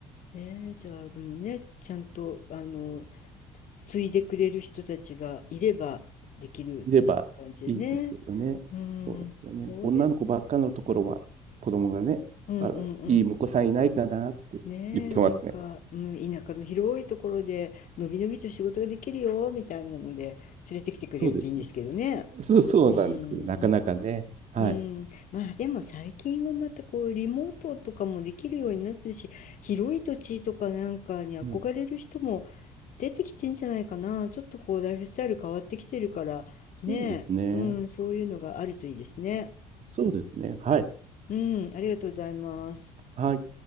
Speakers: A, on the left; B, on the right.
A: ねえ、じゃあでもね、ちゃんとあの継いでくれる人たちがいればできるっていう感じでね。
B: いればいいんですけどね。
A: うん、
B: そうなんですよね。
A: そうです。
B: 女の子ばっかのところは、子供がね、
A: うんうんうん。
B: あの、いい婿さんいないかなって言ってますね。
A: ねえ、なんか、うん、田舎の広いところで、のびのびと仕事ができるよ、みたいなので、連れてきてくれるといいんですけどね。
B: そうですね。そう、そうなんですけど、
A: うん、
B: なかなかね。はい。
A: うん、うん。まあでも最近はまたこう、リモートとかもできるようになってるし、広い土地とかなんかに憧れる人も
B: うん
A: 出てきてんじゃないかな。ちょっとこうライフスタイル変わってきてるからね
B: そうですね。
A: え、うん、そういうのがあるといいですね。
B: そうですね。はい。
A: うん、ありがとうございます。
B: はい。